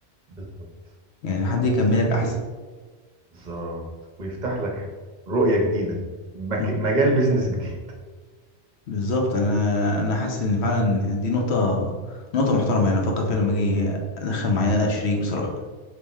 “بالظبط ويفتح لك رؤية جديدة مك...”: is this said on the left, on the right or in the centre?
Right